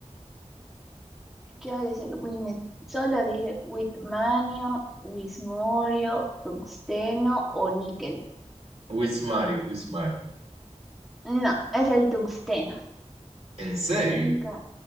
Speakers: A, in the centre; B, on the right.
A: ¿Qué ahora es el Wimen? Solo dije Whitmanio, Wismurio, tungsteno o níquel.
B: Wismario, Wismario.
A: No, es el tungsteno.
B: ¿En serio?
A: Inca-